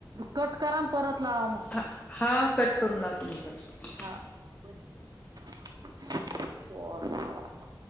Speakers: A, on the right; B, on the left.
A: कट करा आणि परत लावा मग
B: हा हा कट करून लावते मी परत
A: हा <unintelligible>